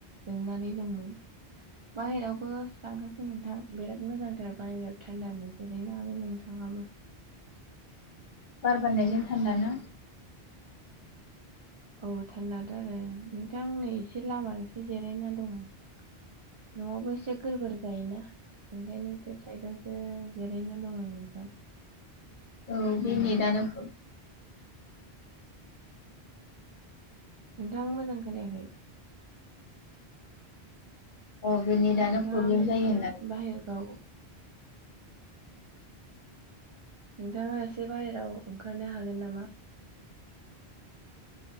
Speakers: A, on the right (about 50°); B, on the left (about 55°).
A: जोंनानै दंमोन। <inaudible> बाहेरावबो थांखासो नोंथां बिराद मोजांथार बाहेरायाव थान्दा होन जिरायनो हागोन नोंथाङा। <unintelligible>
B: बार बारनायजों थान्दाना?
A: औ थान्दाथ' आरो नोंथां नै एसे लामायावसो जिरायना दङ। न'आवबो एसेक गोरबार जायोना ओंखायनो ए साइदआवसो जिरायनानै दं आं नोंथां।
B: औ
A: बिदिनो
B: बे नेनो <unintelligible>
A: नोंथां मोजां खोनायाखै?
B: अ बे नेटआनो
A: नोंथाङाबो
B: प्रब्लेम
A: एसे
B: जायो होनदां
A: बाहेरफ्राव नोंथाङा एसे बायेराव ओंखारनो हागोन नामा?